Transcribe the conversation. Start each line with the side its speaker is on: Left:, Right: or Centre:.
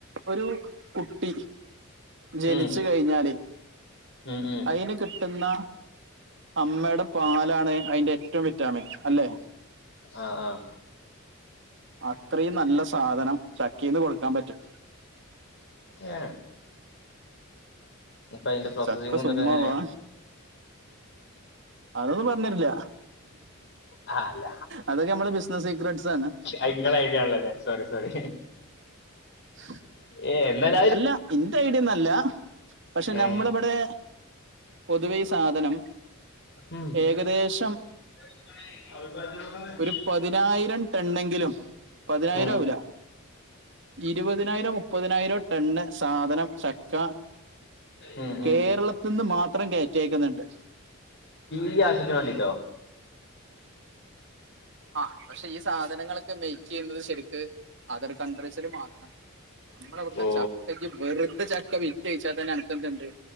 Right: ഒരു കുട്ടി ജനിച്ചു
Left: ഉം
Right: കഴിഞ്ഞാല്
Left: ഉം ഉം
Right: അയിന് കിട്ടുന്ന അമ്മയുടെ പാലാണ് അതിന്റെ ഏറ്റവും വിറ്റാമിൻ അല്ലെ
Left: ആഹ ആഹ്
Right: അത്രയും നല്ല സാധനം ചക്കയിന്ന് കൊടുക്കാൻ പറ്റും
Left: ഏഹ് അപ്പൊ അയിന്റെ പ്രൊസസിംങ്ങും
Right: ചക്ക സുമ്മാവാ
Left: ഇതൊക്കെ എങ്ങനെ
Right: അതൊന്നും പറഞ്ഞ് തെരില്ല
Left: ആ, അല്ല
Right: അതൊക്കെ നമ്മള ബിസിനസ് സീക്രട്ടസ് ആണ്
Left: അത് ഇങ്ങളെ ഐഡിയ ആണല്ലോലെ സോറി സോറി
Right: <inaudible>
Left: ഏ എന്നല
Right: അല്ല ഇന്റെ ഐഡിയൊന്നല്ല പക്ഷെ
Left: ഏ
Right: നമ്മളിവിടെ പൊതുവെ ഈ സാധനം
Left: ഉം
Right: ഏകദേശം
Left: <unintelligible>
Right: ഒരു പതിനായിരം ടെണ്ണെങ്കിലും പതിനായിരം
Left: ഉം
Right: ആവൂലാ ഇരുപതിനായിരോ മുപ്പതിനായിരോ ടണ്ണ് സാധനം ചക്ക
Left: ഉം
Right: കേരളത്തിന്ന്
Left: ഉം
Right: മാത്രം കെയറ്റി അയക്കുന്നുണ്ട്
Left: ഈ ആവശ്യത്തിന് വേണ്ടിട്ടോ
Right: ആഹ് പക്ഷെ ഈ സാധനങ്ങളൊക്കെ മെയ്ക്ക് ചെയ്യുന്നത് ശരിക്ക് അതർ കൺട്രീസിൽ മാത്രമാണ് നമ്മളെവിടന്ന്
Left: ഓ
Right: ച്ച ചക്കഇജ് വെറുതെ ചക്ക വിറ്റ്ഓയ് ച്ചാ തന്നെ അനക്കെന്തണ്ട്